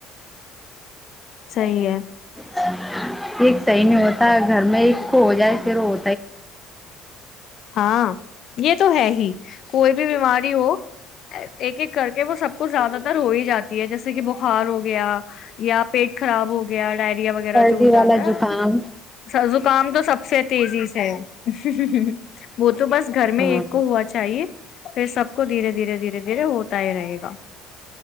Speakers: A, on the left; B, in the centre.
A: صی ہے
B: ایک صحیح نہیں ہوتا گھر میں ایک کو ہو جائے پھر ہو
A: ہاں یہ تو ہے ہی کوئی بھی بیماری ہو ایک ایک کر کے وہ سب کچھ زیادہ تر ہو ہی جاتا ہے جیسے کہ بخار ہو گیا یا پیٹ خراب ہو گیا ڈائریا وغیرہ
B: سردی
A: جو ہو جاتا
B: والا
A: ہے
B: زکام
A: وہ س زکام تو سب سب سے تیزی بہت تو بس گھر میں
B: ہاں
A: ایک کو ہوا چاہیے پھر سب کو دھیرے دھیرے دھیرے دھیرے ہوتا ہی رہے گا